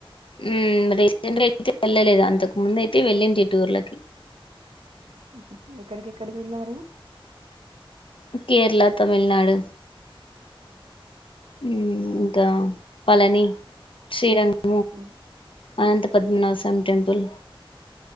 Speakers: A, on the left (about 65°); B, on the right (about 80°).
A: ఉమ్ రీసెంట్గా అయితే వెళ్ళలేదు అంతకు ముందు అయితే వెళ్ళింటి టూర్లకి
B: మ్ హు ఎక్కడికెక్కడికి వెళ్ళారు
A: కేరళ తమిళనాడు ఇంకా పళని శ్రీరంగ
B: మ్
A: అనంతపద్మనాభస్వామి టెంపుల్